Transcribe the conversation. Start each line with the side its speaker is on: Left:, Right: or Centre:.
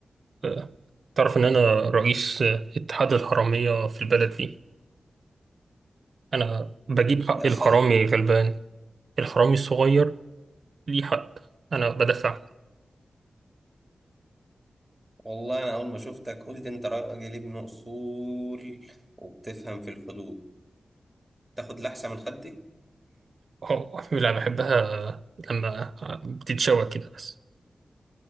Right: آه، تعرف ان انا رئيس آه، اتحاد الحراميه في البلد دي انا بجيب
Centre: يا
Right: حق الحرامي
Centre: صاحبي
Right: غلبان الحرامي الصغير ليه حق انا بدافع
Centre: والله انا اول ما شفتك قلت انت راجل ابن اصول وبتفهم في الحدود تاخد لحسة من خدي
Right: اه لا بحبها لما بتتشوى كده بس